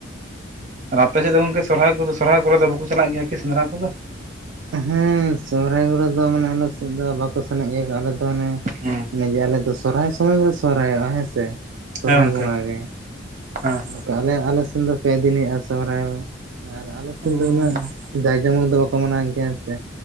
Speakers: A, on the right; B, on the right.
A: ᱟᱨ ᱟᱯᱮ ᱥᱮᱫ ᱫᱚ ᱜᱚᱝᱠᱮ ᱥᱚᱨᱦᱟᱭ ᱠᱚᱫᱚ ᱥᱚᱨᱦᱟᱭ ᱠᱚᱨᱮ ᱫᱚ ᱵᱟᱠᱚ ᱪᱟᱞᱟᱜ ᱜᱮᱭᱟ ᱠᱤ ᱥᱮᱸᱫᱽᱨᱟ ᱠᱚᱫᱚ?
B: ᱦᱮᱸ ᱥᱚᱦᱨᱟᱭ ᱠᱚᱨᱮ ᱫᱚ ᱢᱟᱱᱮ ᱟᱞᱮ ᱥᱮᱫ ᱫᱚ ᱵᱟᱠᱚ ᱥᱮᱱᱚᱜ ᱜᱮᱭᱟ ᱠᱚ ᱟᱞᱮ ᱫᱚ ᱚᱱᱮ
A: ᱦᱮᱸ᱾
B: ᱚᱱᱮ ᱡᱮ ᱟᱞᱮ ᱫᱚ ᱥᱚᱨᱦᱟᱭ ᱥᱚᱢᱚᱭ ᱜᱮᱞᱮ ᱥᱚᱨᱦᱟᱭᱚᱜᱼᱟ ᱦᱮᱸᱥᱮ ᱥᱚᱨᱦᱟᱭ
A: ᱦᱮᱸ ᱜᱚᱝᱠᱮ
B: ᱵᱚᱸᱜᱟ ᱜᱮ᱾
A: ᱦᱮᱸ
B: ᱠᱟ ᱟᱞᱮ ᱟᱞᱮ ᱥᱮᱱ ᱫᱚ ᱯᱮ ᱫᱤᱱᱮ ᱟ ᱥᱚᱦᱨᱟᱭ ᱵᱚᱸᱜᱟ ᱟᱨ ᱟᱞᱮ
A: ᱦᱩᱸ
B: ᱥᱮᱱ ᱫᱚ ᱩᱱᱟᱹᱜ ᱡᱟᱸᱠ ᱡᱚᱢᱚᱠ ᱫᱚ ᱵᱟᱠ ᱠᱚ ᱢᱟᱱᱟᱣ ᱜᱮᱭᱟᱸ ᱥᱮ